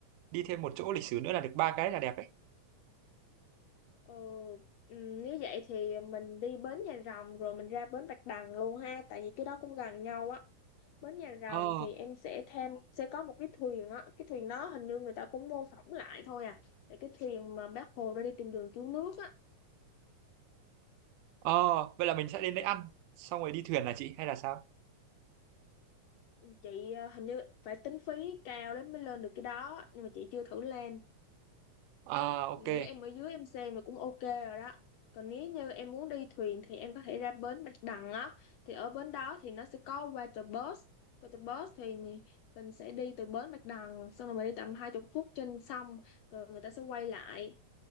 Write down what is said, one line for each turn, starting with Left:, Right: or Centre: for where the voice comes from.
Right: đi thêm một chỗ lịch sử nữa là được ba cái là đẹp đấy
Left: Ờ, ừm, nếu vậy thì mình đi bến Nhà Rồng rồi mình ra bến Bạch Đằng luôn ha tại vì cái đó cũng gần nhau á bến Nhà Rồng
Right: ờ
Left: thì em sẽ thêm sẽ có một cái thuyền á cái thuyền đó hình như người ta cũng mô phỏng lại thôi à là cái thuyền mà bác Hồ ra đi tìm đường cứu nước á
Right: ờ vậy là mình sẽ đến đấy ăn xong rồi đi thuyền là chị hay là sao
Left: chị ờ, hình như phải tính phí cao lắm mới lên được cái đó nhưng mà chị chưa thử lên
Right: à ok
Left: Chị nghĩ em ở dưới em xem là cũng ok rồi đó. Còn nếu như em muốn đi thuyền thì em có thể ra bến Bạch Đằng á. Thì ở bến đó thì nó sẽ có water bus. Water bus thì mình sẽ đi từ bến Bạch Đằng xong rồi mình đi tầm 20 phút trên sông rồi người ta sẽ quay lại.